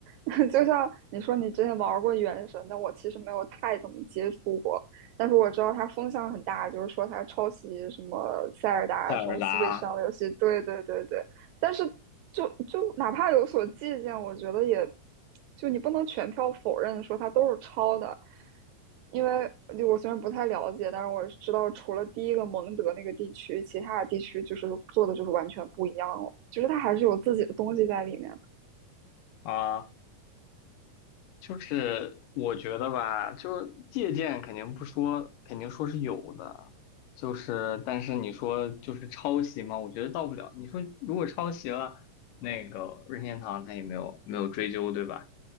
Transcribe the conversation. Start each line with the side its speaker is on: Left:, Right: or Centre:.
Right: <laughs> 就像你说，你之前玩过《原神》那我其实没有太怎么接触过，但是我知道它风向很大，就是说它抄袭什么《塞尔达》这种
Left: 塞尔达
Right: Switch 上的游戏。对对对对，但是就就哪怕有所借鉴，我觉得也就你不能全票否认说它都是抄的，因为就我虽然不太了解，但是我知道除了第一个蒙德那个地区，其他的地区就是做的就是完全不一样了，就是它还是有自己的东西在里面。
Left: 啊，就是我觉得吧，就是借鉴肯定不说，肯定说是有的，就是但是你说就是抄袭嘛，我觉得到不了。你说如果抄袭了，那个任天堂他也没有没有追究，对吧？